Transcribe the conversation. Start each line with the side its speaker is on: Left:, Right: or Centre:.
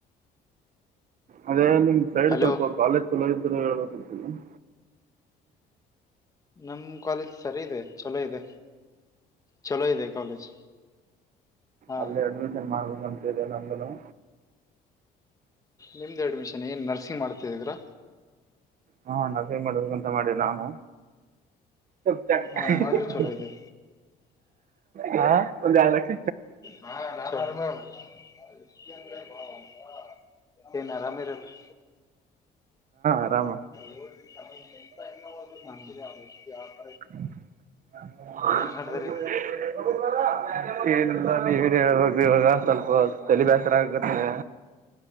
Right: ಅದೇ ನಿ ಸೈಡ್
Left: ಹಲೋ
Right: ಸ್ವಲ್ಪ ಕಾಲು ಕಾಲುವತ್ತಲು ಇ <inaudible>
Left: ನಮ್ ಕಾಲೇಜ್ ಸರಿ ಇದೆ ಚಲೋ ಇದೆ ಚಲೋ ಇದೆ ಕಾಲೇಜ್ ಹಾ
Right: ಅಲ್ಲೇ ಅಡ್ಮಿಷನ್ ಮಾಡಬೇಕು ನಂತೆದೆ ನಂದನೌ
Left: ನಿಮ್ದು ಅಡ್ಮಿಷನ್ ಏನ್ ನರ್ಸಿಂಗ್ ಮಾಡ್ತಾ ಇದಿರಾ
Right: ಹಾ ನ ಸೇ ಮಾಡಂತ ಮಾಡೇ ನಾನು ಹು ಚ ಹಃ
Left: ಹಾ
Right: ಹಃ
Left: ಮಾಡ್ರಿ ಚಲೋ ಇದೆ
Right: ಹ ಹಾ ಒಂದ್ ಎಡ್ ಲಕ್ಷ
Left: ಹಾ ರನಾರ <unintelligible> ಏನ್ ಆರಾಮ್ ಇರಲ್ರಿ
Right: ಆರಾಮ
Left: <unintelligible> ಹ
Right: <unintelligible>
Left: ನಡದ್ರಿ
Right: ಏನಿಲ್ಲ ನೀವನ್ ಹೇಳ್ಬುದು ಇವಾಗ ಸ್ವಲ್ಪ ತಲೆ ಬೇಸರ ಆಗಕತದೆ